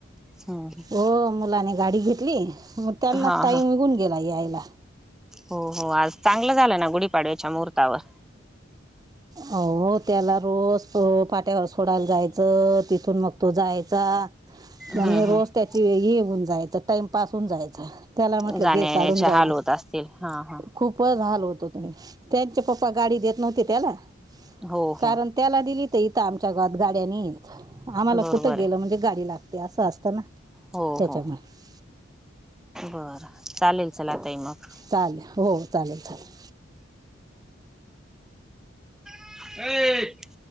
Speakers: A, in the centre; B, on the right.
A: हम्म
B: हो मुलाने गाडी घेतली ती मग त्यांना
A: हा
B: टाईम
A: हा
B: निघून गेला यायला
A: हो हो आज चांगलं झालं ना गुढीपाडव्याच्या मुहूर्तावर.
B: हो त्याला रोज पाट्यावर सोडायला तिथं मग तो जायचा
A: हम्म
B: आणि रोज
A: हम्म
B: त्याची हे होऊन जायचं टाइमपास होऊन जायचं त्याला म्हटलं
A: जाण्या
B: घे
A: येण्याचे
B: काढून जाऊ
A: हाल
B: दे.
A: होत असतील हा हा
B: खूपचं हाल होत हो ते त्यांचे पप्पा गाडी देत नव्हते त्याला
A: हो
B: कारण
A: हो
B: त्याला दिली तर इथं आमच्या गावात गाड्यानी नाहीत. आम्हाला
A: बरोबर
B: कुठं गेलं
A: आहे
B: म्हणजे गाडी लागते असं असतं ना
A: हो
B: त्याच्यामुळे
A: हो बर चालेल चला ताई मग
B: चालेल हो चालेल चालेल
A: ये?